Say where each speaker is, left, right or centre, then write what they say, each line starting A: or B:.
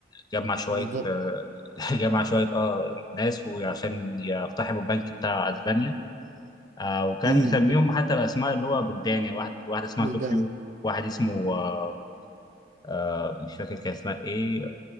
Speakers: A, on the left; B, on the right.
A: جمع شوية
B: بالظبط
A: آه، <laughs> جمع شوية اه ناس وعشان يقتحموا البنك بتاع اسبانيا آه وكان
B: امم
A: مسميهم
B: بالظبط
A: حتى بأسماء اللي هو بلدان يعني واحد واحد اسمها
B: بلدان
A: طوكيو واحد اسمه آه آه، مش فاكر كان اسمها ايه